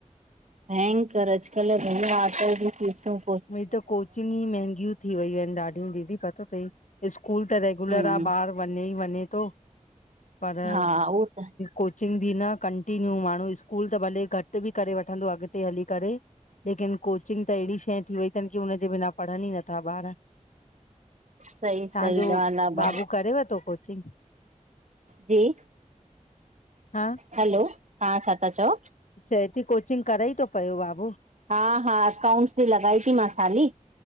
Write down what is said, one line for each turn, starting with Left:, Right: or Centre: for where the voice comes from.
Right: भयंकर अॼकल घर <unintelligible>
Left: हे त कोचिंग ई महांगियूं थी वयूं आइन ॾाढियूं दीदी पतो तई। स्कूल त रेगुलर
Right: हम्म
Left: आ ॿार वञे ई वञे थो पर।
Right: हा उहो त
Left: कोचिंग बि न कंटीन्यू माण्हू स्कूल त भले घट बि करे वठंदो अॻिते हली करे -- लेकिन कोचिंग त एड़ी शइ थी वई तन की हुन जे बिना पढ़न ई नथा ॿार।
Right: सही सही
Left: तांजो
Right: ॻाल्हि आ ब
Left: बाबू करेव तो कोचिंग?
Right: जी --
Left: हा --
Right: हलो हा छा ता चओ।
Left: चए ती कोचिंग कराई थो पियो बप --
Right: हा हा अकाउंटस बि लॻाई थी मां हाली